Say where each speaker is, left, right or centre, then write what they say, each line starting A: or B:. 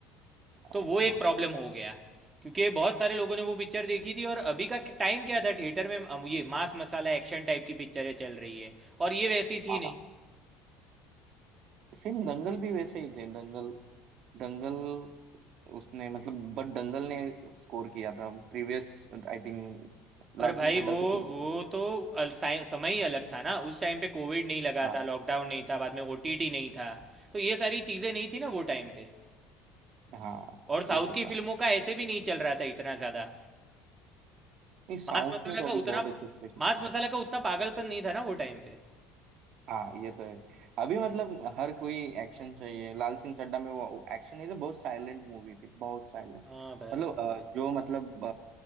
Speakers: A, on the right; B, on the right.
A: तो
B: अच्छा
A: वो एक प्रॉब्लम हो गया क्योंकि बहुत सारे लोगों ने वो पिक्चर देखी थी और अभी का टाइम क्या था थिएटर में अम, ये मांस मसाला एक्शन टाइप की पिक्चरें चल रही है और ये वैसी थी
B: हाँ
A: नहीं
B: सेम दंगल भी वैसे ही थे दंगल दंगल उसने मतलब बट दंगल ने स्कोर किया था previous I think
A: पर
B: Laal Singh
A: भाई
B: Chaddha
A: वो
B: से पहले
A: वो तो अल- साइ- समय ही अलग था ना उस टाइम पे कोविड नहीं लगा
B: हाँ
A: था लॉकडाउन नहीं था बाद में ओटीटी नहीं था तो ये सारी चीज़ें नहीं थी ना वो टाइम पे
B: हाँ
A: और साउथ
B: वो तो
A: की
B: था
A: फिल्मों का ऐसे भी नहीं चल रहा था इतना ज़्यादा
B: नहीं साउथ
A: मांस मसाला
B: ने तो
A: का
B: अभी
A: उतना
B: बहुत अच्छे से
A: मांस
B: किया
A: मसाला का उतना पागलपन नहीं था ना वो टाइम पे
B: हाँ ये तो है अभी मतलब हर कोई एक्शन चाहिए लाल सिंह चड्ढा में वो एक्शन इज बहुत साइलेंट मूवी थी बहुत साइलेंट
A: हाँ भाई
B: मतलब अ, जो मतलब